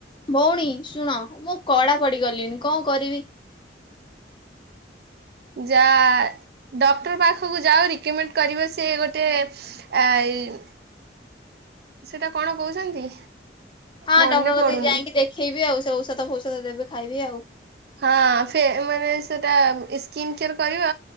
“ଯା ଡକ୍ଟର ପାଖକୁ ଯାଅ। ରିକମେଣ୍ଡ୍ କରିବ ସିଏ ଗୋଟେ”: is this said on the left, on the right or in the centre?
Right